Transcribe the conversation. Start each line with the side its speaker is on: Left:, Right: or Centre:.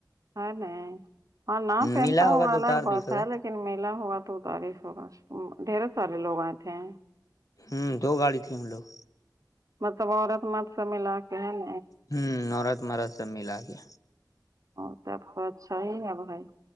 Right: ہے نہیں ہاں نہ پہنتا
Left: ملا ہوگا
Right: ہوا
Left: تو
Right: الگ
Left: اتار
Right: بات
Left: دی سکا
Right: ہے لیکن لیکن میلا ہوا تو اتاریس ہوگا ڈھیر سارے لوگ آئےتے ہیں
Left: ہوں دو گاڑی تھی ہم لوگ
Right: مطلب عورت مت سے ملا کے ہے ن
Left: ہ نورت مرت سب ملا کے
Right: ا ت پ چھ ہی آب بھائی